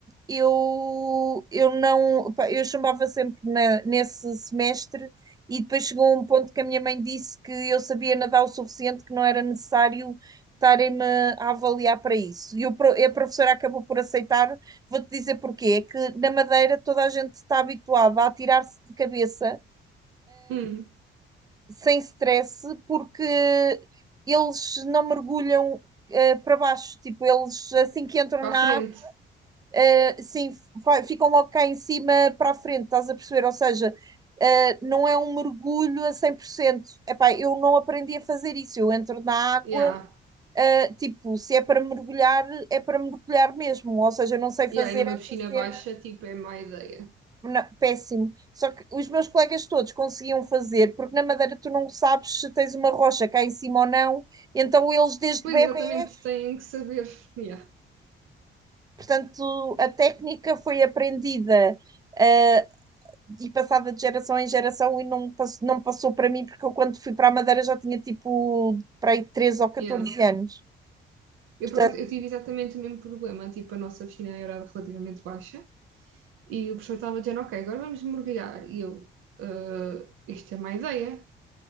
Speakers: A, on the right (about 20°); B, on the right (about 80°).
A: eu, eu não, pá, eu chumbava sempre na- nesse semestre e depois chegou um ponto que a minha mãe disse que eu sabia nadar o suficiente, que não era necessário estarem-me a avaliar para isso. E o pro- e a professora acabou por aceitar. Vou-te dizer porquê. É que na Madeira toda a gente está habituada a atirar-se de cabeça
B: hum.
A: sem stress, porque eles não mergulham eh, para baixo. Tipo, eles assim que entram
B: Para
A: na
B: a frente.
A: água, eh, sim, vai- ficam logo cá em cima para a frente, estás a perceber? Ou seja, eh, não é um mergulho a 100%. Epá, eu não aprendi a fazer isso. Eu entro na água,
B: Yeah.
A: eh, tipo, se é para mergulhar, é para mergulhar mesmo. Ou seja, eu não sei fazer
B: Yeah, e numa
A: essa
B: piscina
A: cena
B: baixa, tipo, é má ideia.
A: Não, péssimo. Só que os meus colegas todos conseguiam fazer, porque na Madeira tu não sabes se tens uma rocha cá em cima ou não, então eles desde
B: Pois,
A: bebés,
B: exatamente, têm que saber. Yeah,
A: portanto, a técnica foi aprendida eh, e passada de geração em geração e não, pass- não passou para mim, porque eu quando fui para a Madeira já tinha tipo para aí 13 ou catorze
B: yeah.
A: anos.
B: Eu,
A: Portanto,
B: por acaso, eu tive exatamente o mesmo problema. Tipo, a nossa piscina era relativamente baixa. E o professor estava dizendo, ok, agora vamos mergulhar. E eu, "Ah, isto é má ideia.